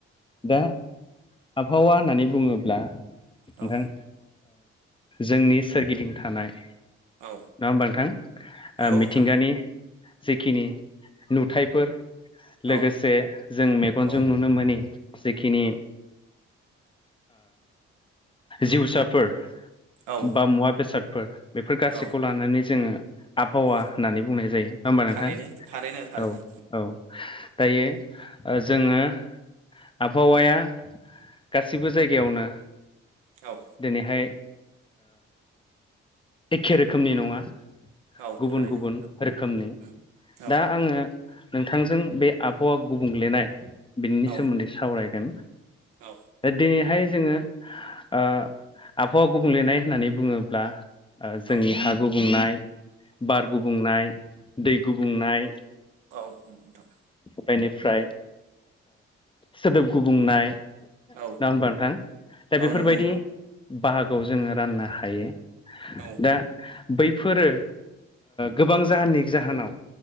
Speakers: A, on the left; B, on the right.
A: दा आबहावा होननानै बुङोब्ला नोंथां
B: औ
A: जोंनि सोरगिदिं थानाय
B: औ
A: नङा होमबा नोंथां
B: नंगौ
A: मिथिंगानि
B: नोंथां औ
A: जिखिनि नुथायफोर
B: औ
A: लोगोसे जों मेगनजों
B: औ
A: नुनो मोनोनि जेखिनि जिउसाफोर
B: औ
A: बा मुवा बेसादफोर बेफोर गासैखौ
B: औ
A: लानानै जोङो आबहावा
B: औ
A: होननानै बुंनाय जायो नङा होमबा नोंथां
B: थारैनो थारैनो थारैनो
A: औ औ दायो जोङो आबहावाया गासिबो जायगायावनो
B: औ
A: दिनैहाय एखे रोखोमनि नङा
B: औ
A: गुबुन
B: थारैनो
A: गुबुन रोखोमनि
B: उम औ
A: दा आङो नोंथांजों बे आबहावा गुबुंलेनाय बिनि
B: औ
A: सोमोन्दै सावरायगोन
B: औ
A: दिनैहाय जोङो आबहावा गुबुंलेनाय होननानै बुङोब्ला जोंनि
B: औ
A: हा गुबुंनाय बार गुबुंनाय दै गुबुंनाय
B: औ नोंथां
A: बेनिफ्राय सोदोब गुबुंनाय
B: औ
A: ना होमबा नोंथां दा
B: औ
A: बेफोरबायदि
B: नोंथां
A: बाहागोयाव जोङो राननो हायो
B: औ
A: दा बैफोरो गोबां जाहोननि जाहोनाव